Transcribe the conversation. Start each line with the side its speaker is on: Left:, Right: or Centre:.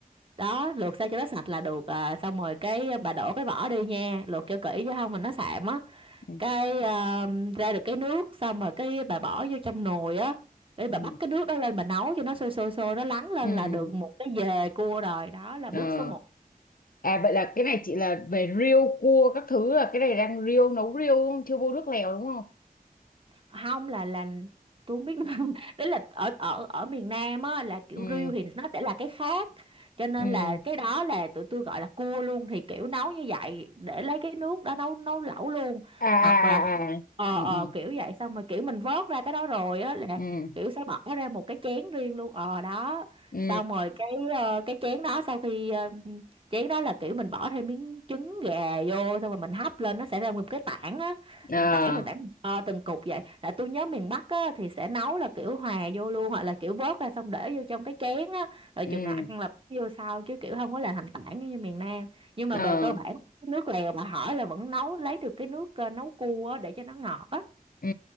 Right: đó luộc sao cho nó sạch là được à, xong rồi cái ờ, bà đổ cái vỏ đi nha luộc cho kỹ chứ không mà nó sạm á
Left: ừ,
Right: cái ờ, ra được cái nước xong rồi cái bà bỏ vô trong nồi á để
Left: ừ,
Right: bà bắt cái nước đó lên bà nấu cho nó sôi sôi sôi nó lắng lên
Left: ừ. ừ.
Right: là được một cái dề cua rồi đó là
Left: Ờ.
Right: bước số một,
Left: À, vậy là cái này chị là về riêu cua các thứ là cái này đang riêu, nấu riêu đúng không? Chưa vô nước lèo đúng không?
Right: không là là tôi không biết nữa. <laughs> đấy là ở ở ở miền Nam á là kiểu
Left: Ừ,
Right: riêu thì nó sẽ là cái khác cho nên
Left: ừ.
Right: là cái đó là tụi tôi gọi là cua luôn thì kiểu nấu như vậy để lấy cái nước đó nấu nấu lẩu luôn
Left: À, à,
Right: hoặc là
Left: à, à.
Right: ờ
Left: Ừ,
Right: ờ
Left: ừ,
Right: kiểu vậy xong rồi kiểu mình vớt ra cái đó rồi á là
Left: ừ.
Right: kiểu sẽ bỏ ra một cái chén riêng luôn ờ đó
Left: ừ
Right: xong rồi cái ờ, cái chén đó sau khi ờ, chén đó là kiểu mình bỏ thêm miếng trứng gà vô xong rồi mình hấp lên nó sẽ ra một cái tảng á
Left: ờ
Right: từng tảng từng tảng ờ, từng cục vậy là tôi nhớ miền Bắc á thì sẽ nấu là kiểu hòa vô luôn hoặc là kiểu vớt ra xong để vô trong cái chén á rồi
Left: ừ
Right: chừng nào ăn là bỏ vô sau chứ kiểu không có làm thành tảng như miền Nam nhưng mà
Left: ờ
Right: về cơ bản nước lèo mà hỏi là vẫn nấu lấy được cái nước ờ, nấu cua á, để cho nó ngọt á
Left: ừ